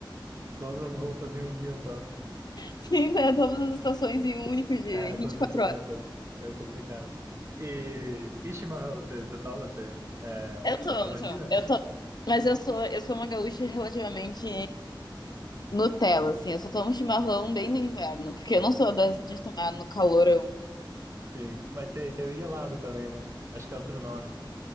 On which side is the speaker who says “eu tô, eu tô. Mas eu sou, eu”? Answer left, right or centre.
Left